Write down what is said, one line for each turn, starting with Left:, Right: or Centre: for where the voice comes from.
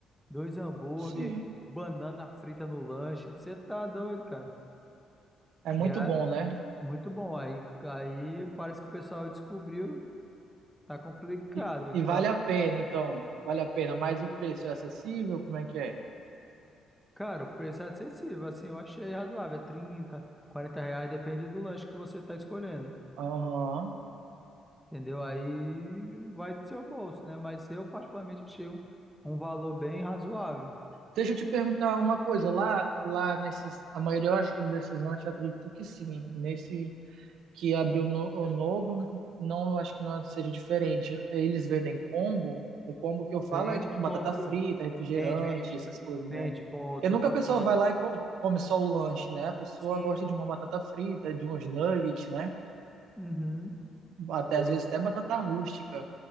Centre: dois hambúrguer,
Right: Sim.
Centre: banana frita no lanche. Você tá doido, cara.
Right: É muito
Centre: E é
Right: bom, né?
Centre: muito bom. Aí, aí parece que o pessoal descobriu, tá complicado.
Right: E,
Centre: Vou
Right: e
Centre: te
Right: vale
Centre: falar, a verdade.
Right: a pena, então. Vale a pena, mas o preço é acessível? Como é que é?
Centre: cara, o preço é acessível, assim, eu achei razoável. É 30, 40 reais, depende do lanche que você tá escolhendo.
Right: Aham.
Centre: Entendeu? Aí vai do seu bolso, né? Mas eu particularmente achei um, um valor bem razoável.
Right: Deixa eu te perguntar uma coisa. Lá, lá nesses, a maioria, eu acho que desses lanches, eu acredito que sim. Nesse que abriu no, o novo, não acho que não seja diferente. Eles vendem combo, o combo que eu falo
Centre: Vende,
Right: é tipo batata
Centre: compra,
Right: frita,
Centre: com-
Right: refrigerante,
Centre: vende, vende,
Right: essas coisas, né?
Centre: vende, com
Right: Porque
Centre: tu
Right: nunca
Centre: fala
Right: a pessoa
Centre: que batata
Right: vai lá e co- come só o lanche, né? A pessoa
Centre: cinza.
Right: gosta de uma batata frita, de uns nuggets, né?
Centre: Uhum.
Right: Até
Centre: Eu,
Right: às vezes até batata rústica.